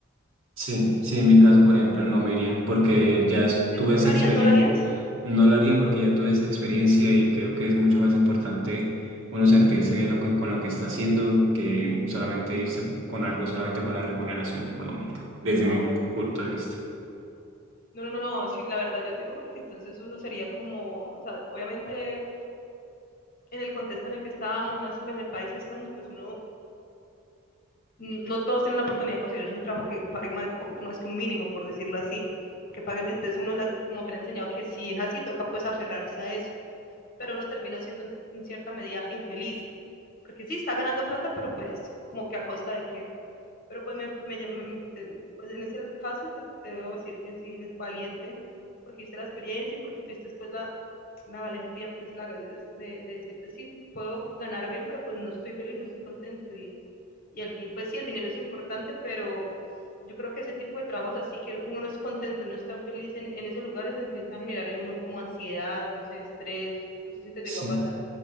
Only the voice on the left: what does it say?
¿No lo harías?
¿No lo harías?
Wow,
me parece.
No, no, no, no, sí, la verdad yo te digo porque entonces uno sería como, o sea, obviamente en el contexto en el que estábamos, en, las- pues, en el país que estamos, pues uno, n- no todos tienen la oportunidad de conseguirse un trabajo que pague más, un poquito más que un mínimo, por decirlo así, o que pague, entonces uno la- como que le ha enseñado que si es así, toca pues aferrarse a eso, pero uno termina siendo en, en cierta medida infeliz, porque sí, está ganando plata, pero pues como que a costa de qué. Pero pues, me, me, me- pues en ese caso te, te debo decir que sí eres valiente porque viste la experiencia y porque tuviste después la, la valentía, por decir la gallega, de, de decirte sí, puedo ganar bien, pero pues no estoy feliz, no estoy contento. Y, y al fin, pues sí, el dinero es importante, pero yo creo que ese tipo de trabajos así que uno no es contento, no es tan feliz en, en esos lugares, empieza a generar en uno como ansiedad, no sé, estrés, no sé si te
llegó a pasar.